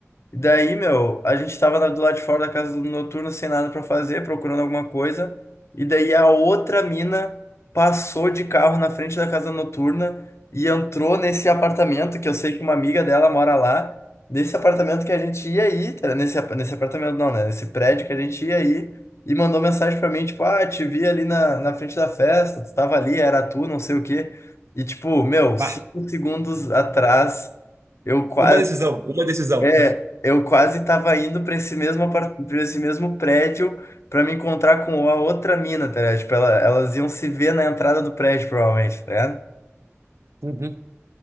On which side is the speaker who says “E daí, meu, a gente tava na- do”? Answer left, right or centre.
Left